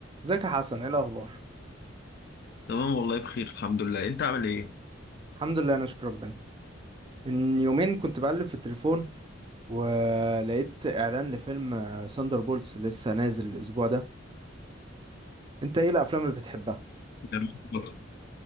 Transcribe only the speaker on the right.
ازيك يا حسن ايه الاخبار
الحمد لله انا اشكر ربنا من يومين كنت بقلب في التليفون ولقيت اعلان لفيلم ساندر بولتس لسه نازل الاسبوع ده انت ايه الافلام اللي بتحبها